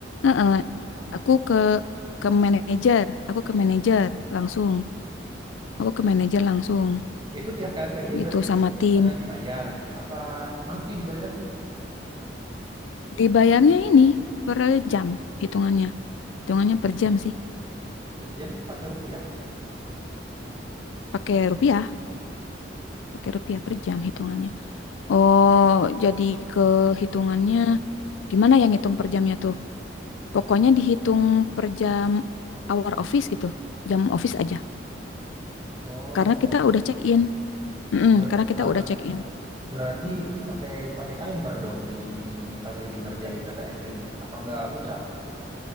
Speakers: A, on the left (about 80°); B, on the right (about 25°).
A: heeh, aku ke ke manajer, aku ke manajer langsung, aku ke manajer langsung
B: Itu tiap LPJ
A: gitu
B: berarti
A: sama tim.
B: eh, dibayar. Apa nanti dibayarnya
A: Dibayarnya ini per jam hitungannya, hitungannya per jam sih,
B: per jam pakai rupiah?
A: pakai rupiah, pakai rupiah per jam hitungannya. Oh, jadi ke hitungannya gimana yang ngitung per jamnya tuh? Pokoknya dihitung per jam hour office gitu, jam office aja.
B: Oh,
A: Karena kita udah check in, Mm-mm,
B: ber-
A: karena kita
B: ar-
A: udah check in.
B: berarti pakai pakai timer dong di ininya pas lagi ngerjain data entry-nya. Apa nggak usah?